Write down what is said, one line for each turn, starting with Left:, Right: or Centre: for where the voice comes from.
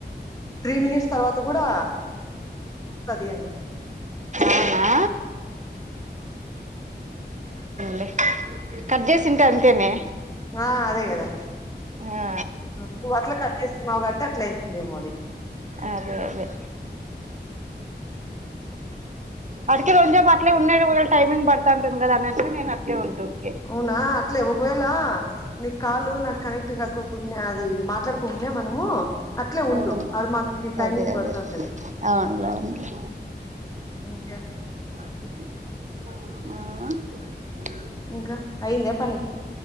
Left: త్రీ మినిట్స్ తర్వాత కూడా కుక్కుతాది అని
Right: అవునా లే కర్జేస్ చ్చింటే అంతేనే
Left: ఆ అదే కదా
Right: ఆ
Left: నువ్వు అట్లే కట్ చేస్తున్నావు కాబట్టి అట్లే అయితుందేమో అది
Right: అదే అదే అడికి అట్లే రొంసేపు అట్లే ఉన్నాయ్ పో టైమింగ్ పాడుతా అంటది కదా అనేసి ఓకే ఉంటే ఓకే
Left: అవునా అట్లే ఒకవేళ నీ కాలు నా కనెక్ట్ కాక్కకుండా అది మాట్లాడుకోకుండా మనము అట్లే
Right: ఆ
Left: ఉండు అది మనకి టైమింగ్
Right: అదే అదే
Left: పడుతుంటంది
Right: అవునులే అవునులే
Left: హు ఓకే
Right: ఆ
Left: ఇంకా అయ్యిందా పని